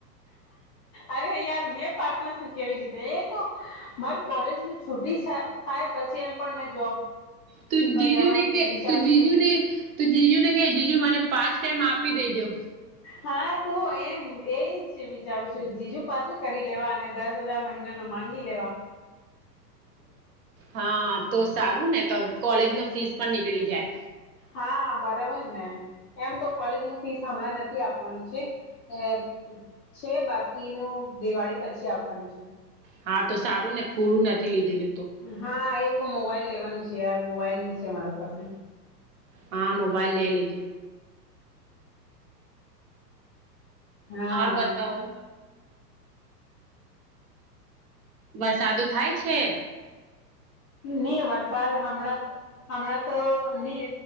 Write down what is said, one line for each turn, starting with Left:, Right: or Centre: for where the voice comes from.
Left: અરે યાર મેં પાર્ટનર શ કેવી રીતે એ તો મારું કોલેજ છુી થાય પછી એમ પણ મે જોબ
Right: તું
Left: પર
Right: જીજુને
Left: જવાની
Right: કે
Left: વિચારું
Right: તું જીજુને
Left: છું
Right: તો જીજુ ને ક જીજુ મને પાંચ ટાઈમ આપી દેજો
Left: હા તું એમ એજ વિચારું છું જીજુ પાસે કરી લેવા અને દસ હજાર મહિના ન માંગી લેવા એ લ
Right: હા તો સારું ને તો કોલેજ ન ફીસ પણ નીકળી જાય
Left: હા બરાબર ને એમ તો કોલેજ ન ફીસ હમણાં નથી આપવાનું છે એ છે બાકીનું દિવાળી પછી આવવાનું છે
Right: હા તો સારું ને પૂરું નથી લીધેલું તો
Left: હા એ મોબાઈલ લેવાનું છે યાર મોબાઈલ ની છે મારા પાસે
Right: હા મોબાઈલ લઇ લેજે
Left: હા
Right: હ બતાવ વરસાદો થાય છે.
Left: નહી વરસાદ હમણાં હમણાં તો નહી